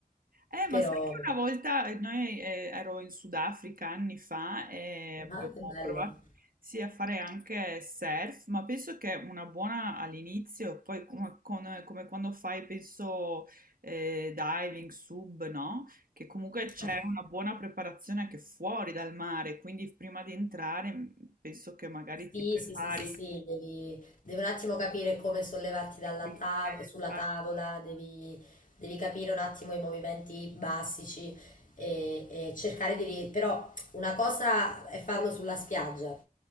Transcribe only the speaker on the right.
Eh, ma
sai che una volta eh, noi eh, ero in Sudafrica anni fa e abbiamo
provato sì, a fare anche surf, ma penso che una buona all'inizio, poi come, con- come quando fai, penso, eh, diving, sub, no? Che comunque c'è
una buona preparazione anche fuori dal mare, quindi prima di entrare mh, penso che magari
ti prepari
e quindi
eh,
infatti,